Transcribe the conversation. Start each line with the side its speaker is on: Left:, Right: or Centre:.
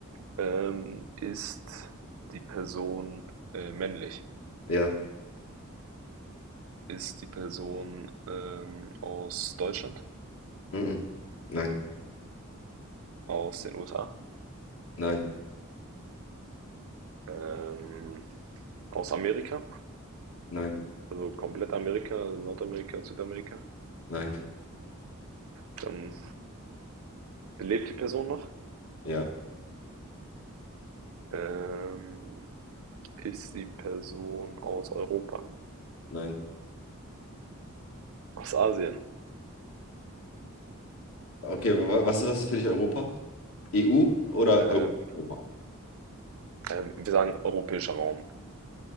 Right: Ähm, ist die Person äh, männlich?
Left: Ja.
Right: Ist die Person ähm, aus Deutschland?
Left: Mhm. Nein,
Right: Aus den USA?
Left: nein,
Right: Ähm, aus Amerika?
Left: nein,
Right: Also komplett Amerika, Nordamerika, Südamerika?
Left: nein.
Right: Dann lebt die Person noch?
Left: Ja,
Right: Ähm, Ist die Person aus Europa?
Left: nein.
Right: Aus Asien?
Left: Okay, wa- was, was ist für dich Europa? EU oder
Right: Ähm,
Left: Europa? Europa?
Right: ähm, wir sagen europäischer Raum.